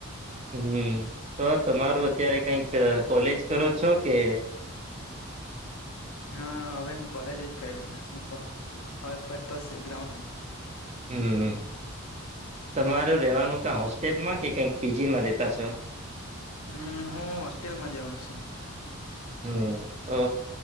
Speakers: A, on the right; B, on the left.
A: હમ્મ તો તમારું અત્યારે કઈક કોલેજ કરો છો કે
B: હા હવે હું કોલેજ જ કરી રહ્યો છું. પણ હવે ફરતો છે ગ્રાઉન્ડ
A: હમ્મ, તમારે રેવાનું કા હોસ્ટેલમાં કે કઈક પી જીમાં રેતા છો?
B: હમ્મ, હું હોસ્ટેલમાં જ રહું છું.
A: હમ્મ તો